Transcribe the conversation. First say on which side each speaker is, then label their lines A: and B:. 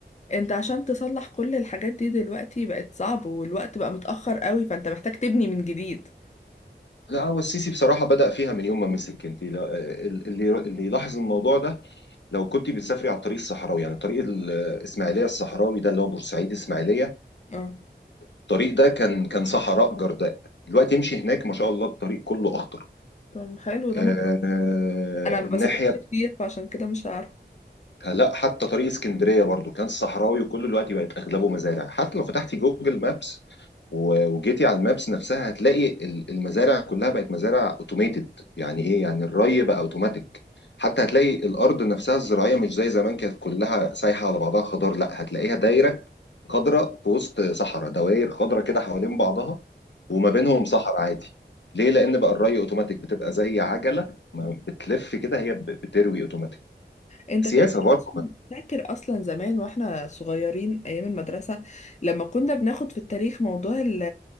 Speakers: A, on the left; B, on the left.
A: انت عشان تصلح كل الحاجات دي دلوقتي بقت صعب والوقت بقى متاخر قوي فانت محتاج تبني من جديد
B: لا هو السيسي بصراحه بدأ فيها من يوم ما مسك انت لا- اللي اللي يلاحظ الموضوع ده لو كنت بتسافري على الطريق الصحراوي يعني طريق الاسماعيليه الصحراوي ده اللي هو بورسعيد اسماعيليه
A: اه
B: الطريق ده كان كان صحراء جرداء دلوقتي امشي هناك ما شاء الله الطريق كله اخضر
A: طب حلو ده
B: آه
A: ما شاء الله. انا ما
B: الناحيه
A: بسافرش كتير فعشان كده مش عارفه
B: لا حتى طريق اسكندريه برضو كان صحراوي وكل الوقت بقت اغلبه مزارع حتى لو فتحتي جوجل مابس و- وجيتي على المابس نفسها هتلاقي ال- المزارع كلها بقت مزارع اوتوميتد يعني ايه يعني الري بقى اوتوماتيك حتى هتلاقي الارض نفسها الزراعيه مش زي زمان كانت كلها سايحه على بعضها خضار لا هتلاقيها دايره خضراء في وسط صحراء دوائر خضراء كده حوالين بعضها وما بينهم صحراء عادي ليه لان بقى الري اوتوماتيك بتبقى زي عجله ما بتلف كده هي ب- بتروي اوتوماتيك
A: انت
B: سياسه
A: فاكر
B: برضه
A: اصلا فاكر اصلا زمان واحنا صغيرين ايام المدرسه لما كنا بناخد في التاريخ موضوع ال